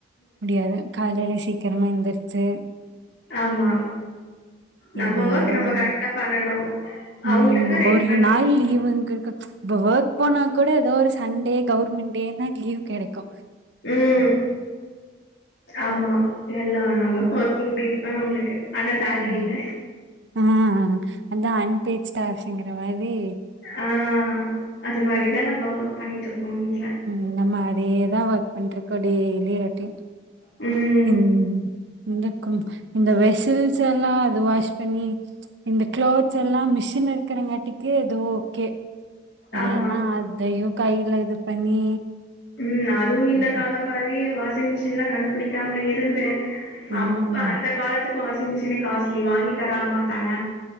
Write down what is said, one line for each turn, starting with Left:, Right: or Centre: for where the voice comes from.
Right: முடியாது காலைல சீக் க்கரமா எந்திருச்சி
Left: ஆமா நம்ம
Right: இதே
Left: ஒர்க் நம்ம
Right: ஒரு
Left: கரெக்டா பண்ணணு அவங்களுக்கு
Right: ம்
Left: ரெடி
Right: ஒரு
Left: பண்ணி
Right: நாள்
Left: விக்கணு
Right: லீவுங்க இருக்கு இப்ப ஒர்க் போனா கூட ஏதோ ஒரு சண்டே கவர்மெண்ட் டேனா லீவ் கெடைக்கோ
Left: ம் ஆமா எல்லா நாலோ
Right: ம்.
Left: ஓக் டூட்டி இப்ப நம்மளுக்கு ஆனா சேல்ரி
Right: ம்.
Left: இல்ல
Right: ஆ அதா அன்பேச்ட்டு அப்டிங்கற மாரி
Left: ஆ அது மாரி தா நம்ம ஒர்க் பண்ணிட்டு இருக்கோ வீட்ல
Right: இந்த மாரியே தா வைப்பேன்றுக்கு டெய்லி ரொட்டின்
Left: ம்
Right: ம் க்கும் இந்த வெசில்ஸ் எல்லா அது வாஷ் பண்ணி இந்த க்ளாத்ஸ் எல்லா மிஷின் இருக்கிறங்காட்டிக்கு எதோ ஓகே இல்லன்னா
Left: ஆமா
Right: அதையு கையில இது பண்ணி
Left: ம் அதும் இந்த
Right: ம்.
Left: காலோ மாரி வாஷிங் மிஷின்லா கண்டுபுடிக்காம இருந்து
Right: ம்.
Left: அப்ப அந்த காலத்துக்கு வாசிங்மிஸுனு காஸ்லி வாங்கி தர மாட்டாங்க